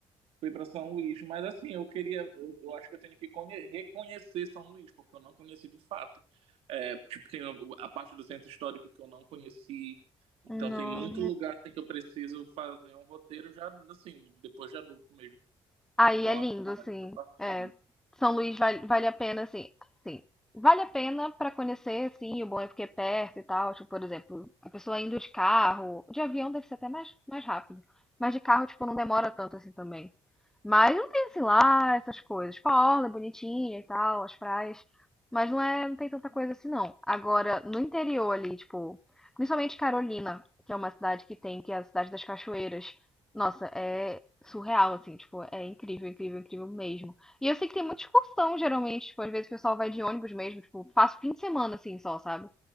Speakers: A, on the right; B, in the centre.
A: Fui para São Luís, mas assim, eu queria, eu, eu acho que eu tenho que conhe- reconhecer São Luís, porque eu não conheci de fato. É, tipo, tem a a parte do centro histórico que eu não conheci, então
B: No,
A: tem muito lugar assim, que eu preciso fazer um roteiro já, assim, depois de adulto mesmo.
B: Aí
A: Então,
B: é lindo,
A: acho
B: assim.
A: que vale a
B: É,
A: pena.
B: São Luís vale, vale a pena, assim. sim vale a pena para conhecer, sim, o bom é porque é perto e tal. Tipo, por exemplo, a pessoa indo de carro, de avião deve ser até mais, mais rápido. Mas de carro, tipo, não demora tanto assim também. Mas não tem, assim, lá essas coisas. Tipo, a orla é bonitinha e tal, as praias. Mas não é, não tem tanta coisa assim, não. Agora, no interior ali, tipo, principalmente Carolina, que é uma cidade que tem, que é a cidade das cachoeiras. Nossa, é surreal, assim, tipo, é incrível, incrível, incrível mesmo. E eu sei que tem muita excursão, geralmente, tipo, às vezes o pessoal vai de ônibus mesmo, tipo, passa o fim de semana, assim, só, sabe?